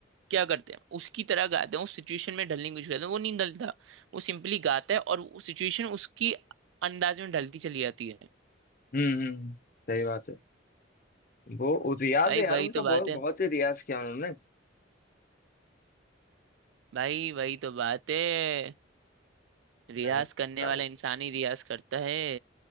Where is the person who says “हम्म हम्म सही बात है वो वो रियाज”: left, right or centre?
Left